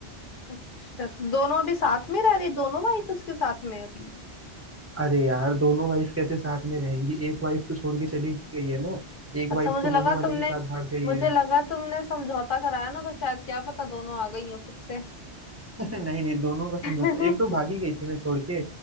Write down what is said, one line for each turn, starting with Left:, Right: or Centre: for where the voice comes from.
Left: अच्छा तो दोनों अभी साथ में रह रही दोनों वाइफ उसके साथ में है अभी
Right: अरे यार दोनों वाइफ कैसे साथ में रहेंगी एक वाइफ तो छोड़ के चली गई है ना एक
Left: अच्छा
Right: वाइफ
Left: मुझे
Right: तो
Left: लगा
Right: मोमो वाले
Left: तुमने
Right: के साथ भाग गई
Left: मुझे
Right: है
Left: लगा तुमने समझौता कराया ना तो शायद क्या पता दोनों आ गई हो फिर से
Right: <laughs> नहीं नहीं दोनों का समझौता
Left: <laughs>
Right: एक तो भागी गई थी ना छोड़ के